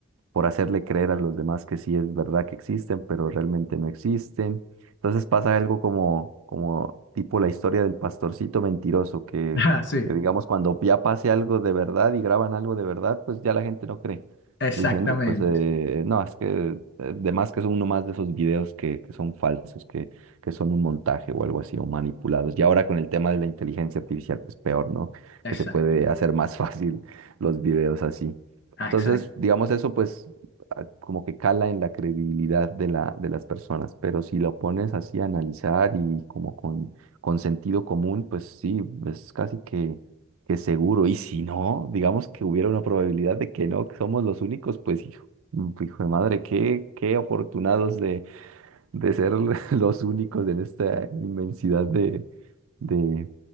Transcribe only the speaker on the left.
<laughs> Ah, sí,
exactamente,
sí,
exacto,
ah,
exacto,